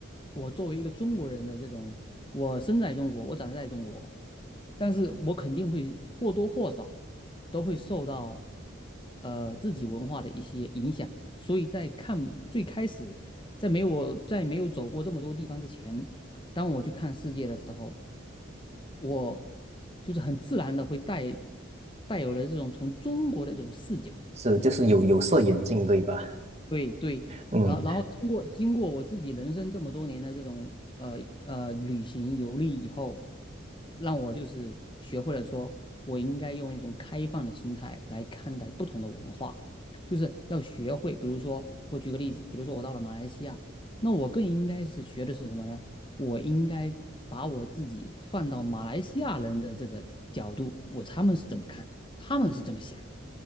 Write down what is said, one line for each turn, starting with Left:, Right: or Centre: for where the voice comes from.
Left: 我作为一个中国人的这种，我生在中国，我长在中国，但是我肯定会或多或少都会受到呃自己文化的一些影响，所以在看最开始，在没有我在没有走过这么多地方之前，当我去看世界的时候，我就是很自然的会带带有了这种从中国的这种视角。
Right: 是，就是有有色眼镜，对吧？
Left: 对对，
Right: 嗯，
Left: 然后然后经过经过我自己人生这么多年的这种呃呃旅行游历以后，让我就是学会了说，我应该用一种开放的心态来看待不同的文化，就是要学会，比如说我举个例子，比如说我到了马来西亚，那我更应该是学的是什么呢？我应该把我自己放到马来西亚人的这个角度，我他们是怎么看的，他们是怎么想的，